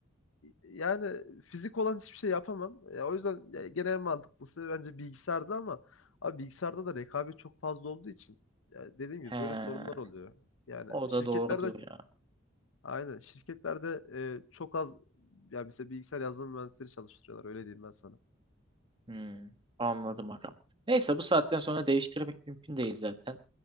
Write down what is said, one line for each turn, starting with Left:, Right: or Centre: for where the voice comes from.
Left: Yani fizik olan hiçbir şey yapamam. Ya o yüzden ya gene en mantıklısı bence bilgisayarda ama abi bilgisayarda da rekabet çok fazla olduğu için ya dediğim gibi
Right: He,
Left: böyle sorunlar oluyor. Yani
Right: o
Left: şirketlerde
Right: da doğrudur ya.
Left: Aynen. Şirketlerde e, çok az ya bize bilgisayar yazılım mühendisleri çalıştırıyorlar. Öyle diyeyim ben sana.
Right: Hmm, anladım agam. Neyse bu saatten sonra değiştirmek mümkün değil zaten.